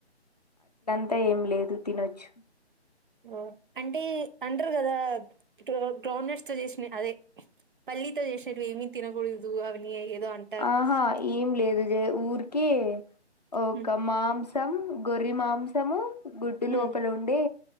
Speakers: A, on the left (about 40°); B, on the right (about 50°).
A: అంత ఏం లేదు తినొచ్చు
B: ఓ అంటే అంటరు కదా గ్రౌండ్నట్స్ తో చేసిన అదే పల్లితో చేసిటివి ఏమి తినకూడదు అవని ఏదో అంటారు
A: ఆహా ఏం లేదు మ్ ఊరికే ఓకమామ్
B: హ్మ్.
A: తం గొర్రి మాంసము గుడ్డు
B: హ్మ్.
A: లోపల ఉండే